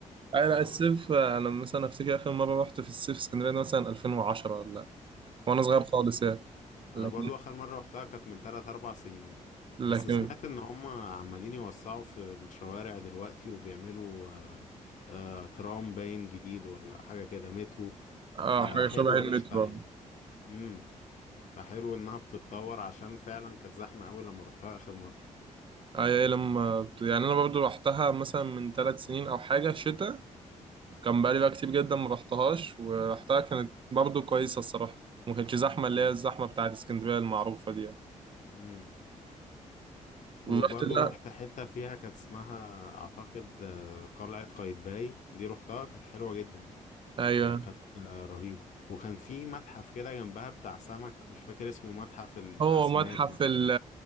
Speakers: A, on the right; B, on the left.
A: انا
B: وبس
A: الصيف انا مثلا افتكر اخر مرة رحت في الصيف اسكندرية ده مثلا 2010 ولا وانا صغير خالص يعني
B: انا
A: لكن
B: برضو اخر مرة روحتها كانت من 3 4 سنين
A: لكن
B: بس سمعت ان هم عمالين يوسعوا في الشوارع دلوقتي وبيعملوا آه، آه، ترام باين جديد ولا حاجة كده مترو
A: اه
B: فحلو
A: حاجة شبه المترو
B: قشطة يعني امم فحلو انها بتتطور عشان فعلا كانت زحمة قوي لما روحتها اخر مرة
A: اي لما بت- يعني انا برضو رحتها مثلا من ثلاث سنين او حاجة شتاء كان بقالي بقى كتير جدا ما رحتهاش ورحتها كانت برضو كويسة الصراحة ما كانتش زحمة
B: امم
A: اللي هي الزحمة بتاعت اسكندرية المعروفة دي يعني
B: امم وبرضو
A: ورحت ده
B: روحت حتة فيها كانت اسمها اعتقد آه، قلعة قايتباي دي روحتها كانت حلوة جدا
A: أيوه
B: يا كانت آه، رهيبة وكان في متحف كده جنبها بتاع سمك مش فاكر اسمه متحف الأسماك
A: هو متحف
B: ولا
A: ال-